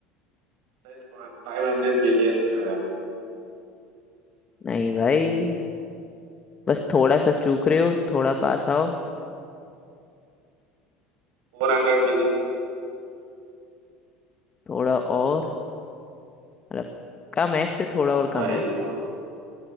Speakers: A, on the right; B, on the left.
A: शायद फाइव हंड्रेड बिलियंस का है भाई
B: नहीं भाई बस थोड़ा सा चूक रहे हो थोड़ा पास आओ
A: Four hundred billions
B: थोड़ा और मतलब कम है इससे थोड़ा
A: और
B: और कम
A: भाई
B: है
A: और